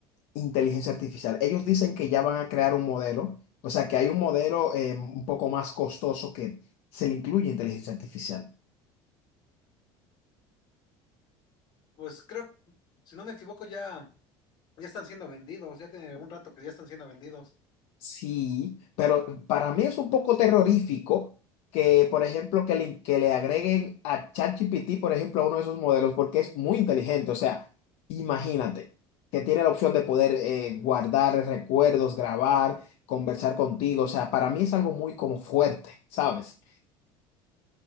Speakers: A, on the left; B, on the left.
A: inteligencia artificial. Ellos dicen que ya van a crear un modelo, o sea que hay un modelo eh, un poco más costoso que se le incluye inteligencia artificial.
B: Pues creo, si no me equivoco, ya, ya están siendo vendidos, ya tiene un rato que ya están siendo vendidos.
A: Sí, pero para mí es un poco terrorífico que, por ejemplo, que le, que le agreguen a ChatGPT, por ejemplo, a uno de esos modelos, porque es muy inteligente. O sea, imagínate que tiene la opción de poder eh, guardar recuerdos, grabar, conversar contigo. O sea, para mí es algo muy como fuerte, ¿sabes?